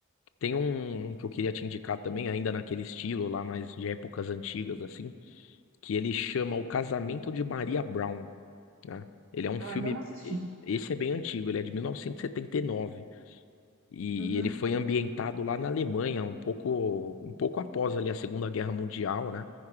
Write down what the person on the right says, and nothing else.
Ah,
não assisti.
Uhum,